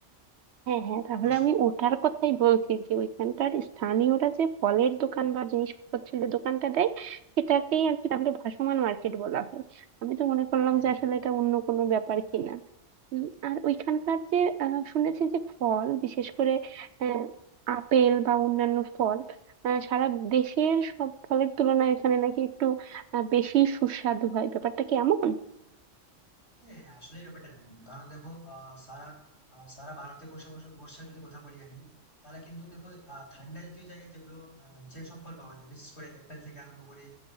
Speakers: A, on the right; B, on the left.
A: হ্যাঁ হ্যাঁ তাহলে
B: বসে-
A: আমি ওটার কথাই বলছি যে ওইখানকার স্থানীয়রা যে ফলের দোকান বা জিনিসপত্রের যে দোকানটা দেয় সেটাকেই আর কি তাহলে ভাসমান মার্কেট বলা হয় আমি তো মনে করলাম
B: হ্যাঁ
A: যে আসলে এটা অন্য কোনো ব্যাপার কিনা উম, আর ওইখানকার যে আহ, শুনেছি যে ফল বিশেষ করে আহ, আপেল বা অন্যান্য ফল আহ, সারা দেশের সব ফলের তুলনায় এখানে নাকি একটু আহ, বেশি সুস্বাদু হয় ব্যাপারটা কি এমন
B: হ্যাঁ আসলে ব্যাপারটা এরকম কারণ দেখো আহ, সারা আহ, সারা ভারতে বসে বসে বর্ষার যদি কথা বলি আমি তাহলে কিন্তু দেখো আহ, ঠান্ডা জাতীয় জায়গায় যেগুলো আহ, যেসব ফল পাওয়া যায় বিশেষ করে অ্যাপেল থেকে আরম্ভ করে